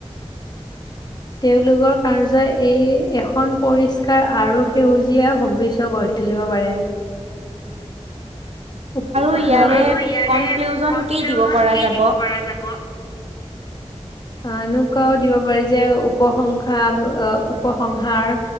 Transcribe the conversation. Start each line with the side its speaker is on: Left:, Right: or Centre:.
Left: তেওঁলোকৰ কাৰ্যই এই এখন পৰিষ্কাৰ আৰু সেউজীয়া ভৱিষ্য গঢ়ি তুলিব পাৰে। আৰু
Right: ইয়াৰে
Left: ইয়াৰে
Right: কনক্লুজন
Left: কনক্লুজন
Right: কি দিব পৰা
Left: কি
Right: যাব?
Left: দিব পৰা যাব? এনেকুৱাও দিব পাৰি যে উপসংসা আহ' উপসংসাৰ